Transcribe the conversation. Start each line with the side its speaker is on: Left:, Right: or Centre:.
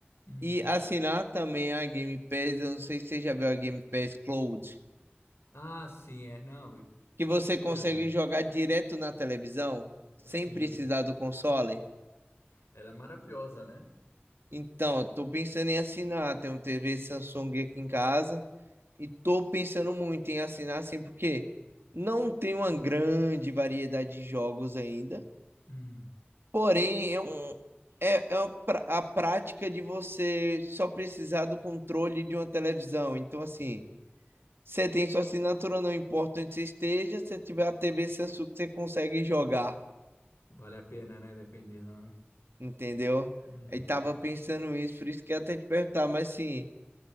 Left: Uhum.
Right: e assinar também a Game Pass. Eu não sei se você já viu a Game Pass Cloud.
Left: Ah, sim, é, não,
Right: que
Left: com
Right: você
Left: certeza.
Right: consegue jogar direto na televisão, sem
Left: Sim,
Right: precisar do console.
Left: ela é maravilhosa, né?
Right: Então, eu tô pensando em assinar. Tem um TV Samsung aqui em casa e tô pensando muito em assinar assim, porque não tem uma grande variedade de jogos ainda.
Left: Hum,
Right: Porém, é um é, é uma pra- a prática de você só precisar do controle de uma televisão. Então, assim, você tem sua assinatura, não importa onde você esteja, se tiver a TV Samsung, você consegue jogar.
Left: vale a pena, né? Dependendo, né?
Right: entendeu?
Left: Uhum.
Right: Aí tava pensando isso, por isso que eu até te perguntar, mas assim,